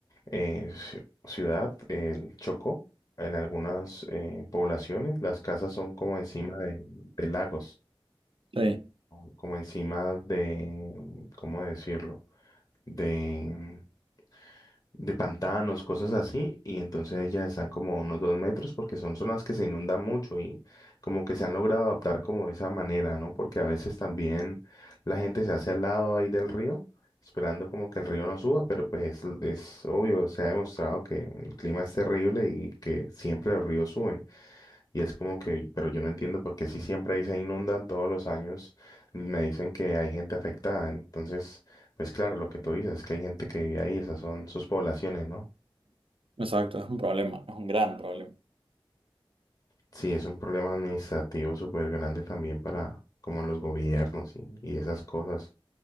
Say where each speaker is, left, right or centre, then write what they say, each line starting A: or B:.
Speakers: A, on the left (about 40°); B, on the right (about 75°).
A: eh, ci- ciudad, el Chocó, en algunas eh, poblaciones las casas son como encima de, de lagos,
B: Sí.
A: o como encima de, mm, ¿cómo decirlo? De mm, de pantanos, cosas así, y entonces ellas están como a unos dos metros porque son zonas que se inundan mucho y como que se han logrado adaptar como de esa manera, ¿no? Porque a veces también la gente se hace al lado ahí del río, esperando como que el río no suba, pero pues es, es obvio, se ha demostrado que el clima es terrible y que siempre los ríos suben. Y es como que, pero yo no entiendo por qué si siempre ahí se inundan todos los años, me dicen que hay gente afectada. Entonces, pues claro, lo que tú dices es que hay gente que vive ahí, esas son sus poblaciones, ¿no?
B: Exacto, es un problema, es un gran problema.
A: Sí, es un problema administrativo súper grande también para como los gobiernos y, y esas cosas.